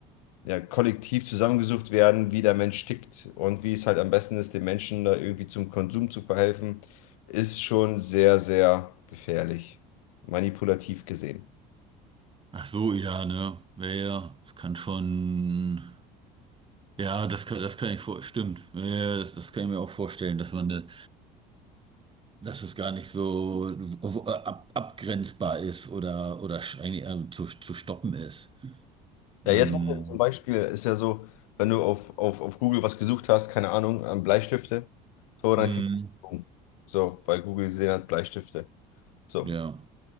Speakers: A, on the left (about 90°); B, on the right (about 30°).
A: ja, Kollektiv zusammengesucht werden, wie der Mensch tickt und wie es halt am besten ist, den Menschen da irgendwie zum Konsum zu verhelfen, ist schon sehr, sehr gefährlich, manipulativ gesehen.
B: Ach so, ja, ne? Ja, ja, das kann schon. Ja, das kann, das kann ich vor. Stimmt. Ja, ja, das, das kann ich mir auch vorstellen, dass man, ne, dass es gar nicht so w- w- ab, abgrenzbar ist oder, oder sch- eigentlich, äh, zu, zu stoppen ist.
A: Ja,
B: Ähm,
A: jetzt hast du zum Beispiel, ist ja so, wenn du auf, auf, auf Google was gesucht hast, keine Ahnung, ähm, Bleistifte, so, dann
B: mh,
A: kriegst du, so, weil Google gesehen hat, Bleistifte. So.
B: ja.